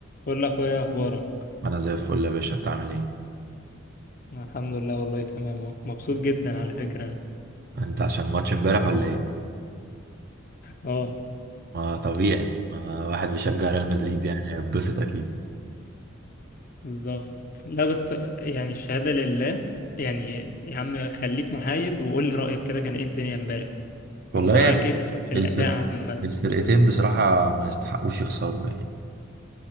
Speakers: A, on the left; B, on the right.
A: بقول اخويا اخبارك
B: انا زي الفل يا باشا انت عامل ايه
A: الحمد لله والله تمام أهو. مبسوط جدا على فكرة انا
B: انت عشان ماتش امبارح ولا ايه
A: اه
B: ما طبيعي ما واحد بيشجع ريال مدريد يعني هيتبسط اكيد
A: بالظبط لا بس يعني الشهادة لله يعني يا عم خليك محايد وقول لي رأيك كده كان ايه الدنيا امبارح طيب
B: والله
A: انت رأيك
B: يا أخي،
A: ايه في في الأداء
B: الفرق
A: عامة
B: الفرقتين بصراحة ما يستحقوش يخسروا يعني